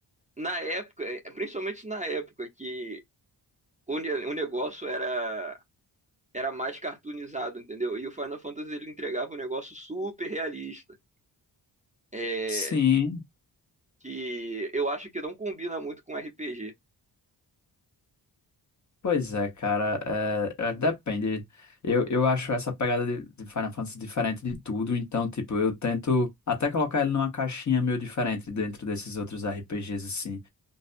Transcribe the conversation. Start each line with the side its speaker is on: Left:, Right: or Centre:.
Right: na época, é- principalmente na época que o, ne- o negócio era, era mais cartoonizado, entendeu? E o Final Fantasy ele entregava um negócio super realista, é,
Left: Sim.
Right: que eu acho que não combina muito com RPG.
Left: Pois é, cara, é, é, depende. Eu, eu acho essa pegada de, de Final Fantasy diferente de tudo, então, tipo, eu tento até colocar ele numa caixinha meio diferente dentro desses outros RPGs, assim.